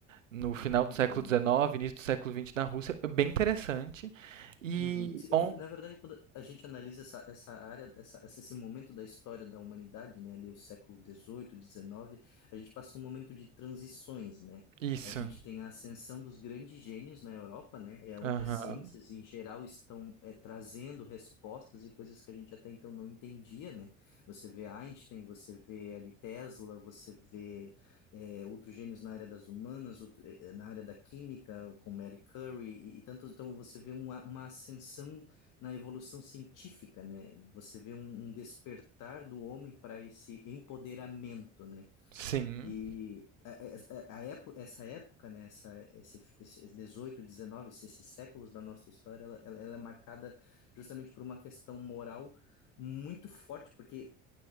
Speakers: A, on the right (about 85°); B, on the left (about 55°).
A: no final
B: entendo.
A: do século XIX, início do século XX na Rússia, é bem interessante. E
B: Uhum. Sim, é
A: on...
B: que, Na verdade, quando a gente analisa essa, essa área, essa, essa- esse momento da história da humanidade, né, ali o século dezoito XIX, a gente passa um momento de transições, né?
A: isso.
B: A gente tem a ascensão dos grandes gênios na Europa, né? É onde
A: Aham.
B: as ciências em geral estão é, trazendo respostas e coisas que a gente até então não entendia, né? Você vê Einstein, você vê ali Tesla, você vê é, outros gênios na área das humanas, outro- é, na área da química, com Mary Curie e, e tantos. Então, você vê uma, uma ascensão na evolução científica, né? Você vê um, um despertar do homem para esse empoderamento, né?
A: Sim.
B: E a, a- a épo- essa época, né? Essa, esse, esse 18, 19, esses esses séculos da nossa história, ela, ela ela é marcada justamente por uma questão moral muito forte, porque